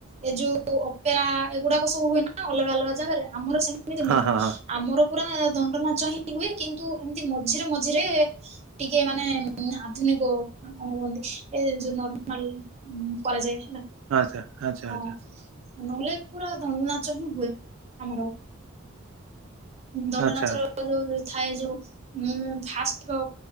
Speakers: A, on the right; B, on the right.
A: ଏ ଯୋଉ ଅପେରା ଏଗୁଡାକ ସବୁ ହୁଏ ନା ଅଲଗା ଅଲଗା ଜାଗାରେ ଆମର ସେ ଏମତି
B: ହଁ
A: ନୁହଁ
B: ହଁ ହଁ
A: ଆମର ପୁରା ଦଣ୍ଡ ନାଚ ହିଁ ହୁଏ କିନ୍ତୁ ଏମିତି ମଝିରେ ମଝିରେ ଟିକେ ମାନେ ଆଧୁନିକ କଣ କୁହନ୍ତି ଏ ଯୋଉ ନର୍ମାଲ ହୁଁ ପ ଯାଇସେ
B: ଆଚ୍ଛା ଆଚ୍ଛା
A: ହଁ
B: ଆଚ୍ଛା
A: ନହେଲେ ପୁରା ଦଣ୍ଡ ନାଚ ହିଁ ହୁଏ ଆମର। ଦଣ୍ଡ
B: ଆଚ୍ଛା
A: ନାଚ ଯୋଉ ଥାଏ ଯୋଉ ଉଁ ଫାଷ୍ଟ